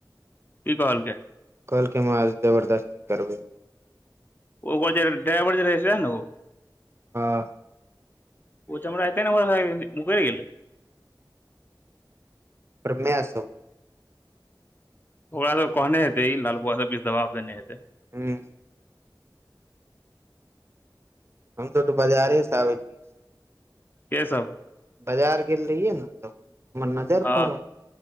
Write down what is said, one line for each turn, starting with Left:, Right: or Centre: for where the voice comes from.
Left: की कहलके
Right: कहलकै मार जबरदस्ती करबै
Left: ओकर जे ड्राइवर जे रहे से हेन ओ
Right: हँ
Left: ओ चमरा एते नम्हर भऽ गेले मुकरि गेलै
Right: परमे सब
Left: ओकरा सब कहने हेतै ई लाल बुआ सब किछु दबाब देने हेतै
Right: हूँ हम सब तऽ बाजारे से आबे तऽ <inaudible>
Left: के सब
Right: बाजार गेल रहियै ने तऽ हमर नजर
Left: हँ
Right: पड़ल